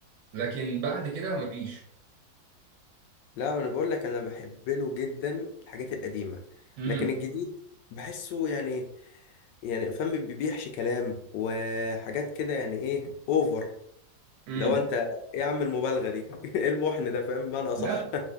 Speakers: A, on the right; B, on the left.
A: لكن بعد كده مفيش
B: لا انا بقول لك انا بحب له جدا الحاجات القديمه
A: امم
B: لكن الجديد بحسه يعني يعني فاهم بي- بيحشي كلام وحاجات كده يعني ايه اوفر
A: امم
B: لو انت ايه يا عم المبالغه دي <laughs> ايه المحن ده فاهم بمعنى اصح
A: لا